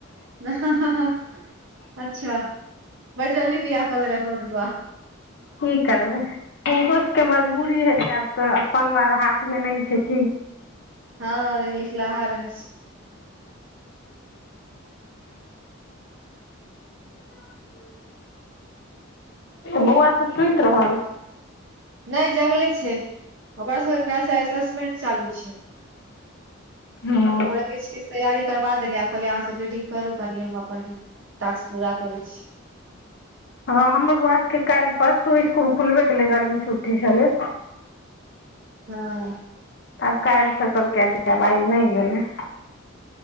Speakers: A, on the right; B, on the left.
A: अच्छा बढ़ जल्दी बिआहा कऽ देलाइथ मम्मी प्पा।
B: की करबै। हुनको सबके मजबूरी हेतै आब तऽ अपन हाथ में नहि छै की।
A: हँ ई लिखलहा रहै छै।
B: बऊआ सब सुइत रहल।
A: नहि जगले छै ओकरा सबके काइल सँ एसेसमेंट चालू छै।
B: हँ
A: त ओकरा किछ किछ तैयारी करबा देलिय आ कहलिय अहाँ सब रीडिंग करू कनि हम अपन टास्क पूरा करै छी।
B: हँ हमर बौआ सबके काल्हि परसू इसकुल खुलबे केलै गर्मी छुट्टी छलै।
A: हँ।
B: त आब काल्हि स कहलकै या जेब आइ नहि गेलै।